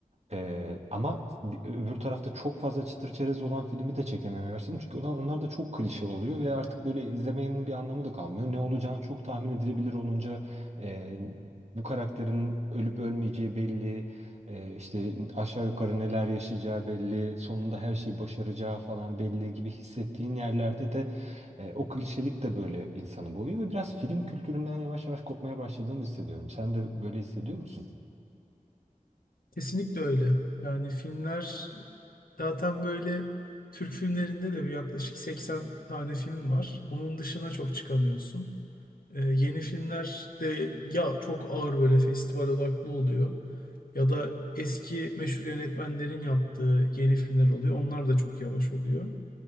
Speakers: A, on the right; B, on the left.
A: E, ama bir- öbür tarafta çok fazla çıtır çerez olan filmi de çekememeye başladım. Çünkü olan- onlar da çok klişe oluyor ve artık böyle izlemenin bir anlamı da kalmıyor. Ne olacağını çok tahmin edilebilir olunca e, bu karakterin ölüp ölmeyeceği belli. Ee, işte aşağı yukarı neler yaşayacağı belli, sonunda her şeyi başaracağı falan belli gibi hissettiğin yerlerde de e, o klişelik de böyle insanı boğuyor ve biraz film kültüründen yavaş yavaş kopmaya başladığımı hissediyorum. Sen de böyle hissediyor musun?
B: Kesinlikle öyle. Yani filmler zaten böyle Türk filmlerinde de bir yaklaşık 80 tane film var. Onun dışına çok çıkamıyorsun. E, yeni filmler de ya çok ağır böyle festival odaklı oluyor ya da eski meşhur yönetmenlerin yaptığı yeni filmler oluyor. Onlar da çok yavaş oluyor.